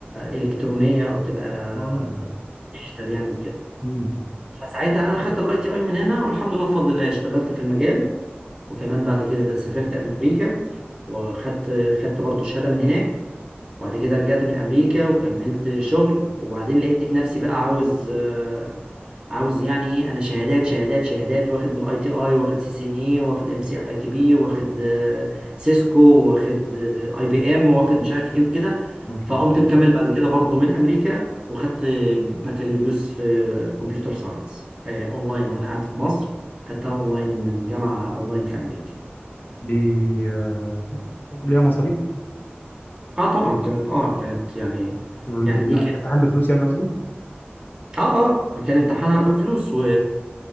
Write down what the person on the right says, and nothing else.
الكترونيه او تبقى
ديجيتال يعني وكده
فساعتها انا خدت الاي تي اي من هنا والحمد لله بفضل الله اشتغلت في المجال وكمان بعد كده سافرت امريكا وخدت خدت برضو شهاده من هناك وبعد كده رجعت من امريكا وكملت شغل وبعدين لقيت نفسي بقى عاوز آه، عاوز يعني ايه انا شهادات شهادات شهادات واخد من الاي تي اي واخد سي سي ان اي واخد ام سي اي تي بي واخد آه، سيسكو واخد آه، اي بي ام واخد مش عارف ايه وكده
فقمت
مكمل بعد كده برضه من امريكا وخدت بكالوريوس في كمبيوتر ساينس آه، اونلاين وانا قاعد في مصر خدتها اونلاين من جامعه اونلاين في امريكا
اه طبعا كانت اه كانت يعني
يعني دي
اه اه كان امتحانها بفلوس و...